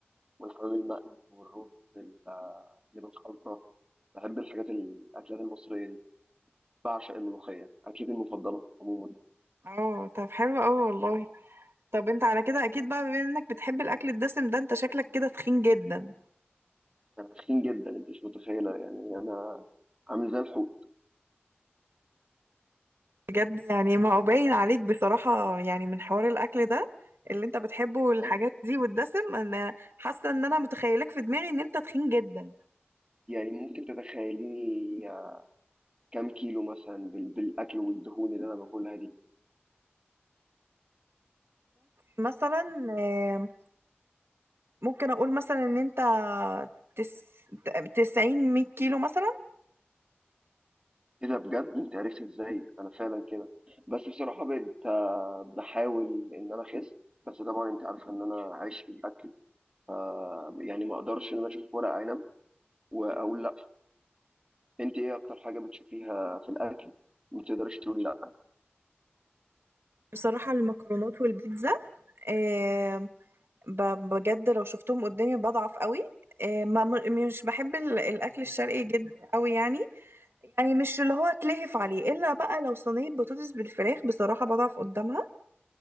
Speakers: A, on the right (about 20°); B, on the right (about 70°).
A: والحمام المقلي والرز ال- اللي بالخلطه بحب الحاجات الاكلات المصريه دي بعشق الملوخية أكلتي المفضلة عموما
B: اه طب حلو قوي والله طب انت على كده اكيد بقى بما انك بتحب الاكل الدسم ده انت شكلك كده تخين جدا
A: أنا تخين جدا أنت مش متخيلة يعني أنا عامل زي الحوت
B: بجد يعني ما هو باين عليك بصراحة يعني من حوار الاكل ده اللي انت بتحبه والحاجات
A: أيوة.
B: دي والدسم انا حاسة ان انا متخيلك في دماغي ان انت تخين جدا
A: يعني ممكن تتخيليني كام كيلو مثلا بال- بالأكل والدهون اللي أنا باكلها دي
B: مثلا آم، ممكن اقول مثلا ان انت تس... تسعين مية كيلو مثلا
A: إيه ده بجد أنت عرفت إزاي أنا فعلا كده بس بصراحة بقيت آه، بحاول إن أنا أخس بس طبعا أنت عارفة إن أنا عايش في الأكل ف يعني ما أقدرش إن أنا أشوف ورق عنب وأقول لأ أنت إيه أكتر حاجة بتشوفيها في الأكل ما تقدريش تقولي لأ
B: بصراحة المكرونات والبيتزا آم، ب- بجد لو شفتهم قدامي بضعف قوي آم، ما مش بحب ال- الاكل الشرقي جدا قوي يعني يعني مش اللي هو اتلهف عليه الا بقى لو صينيه بطاطس بالفراخ بصراحه بضعف قدامها